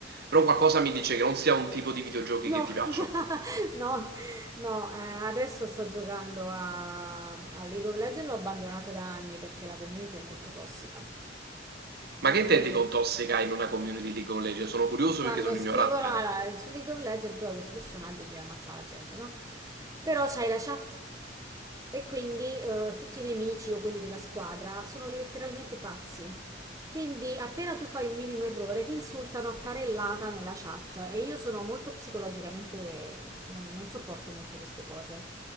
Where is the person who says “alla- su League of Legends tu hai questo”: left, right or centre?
Right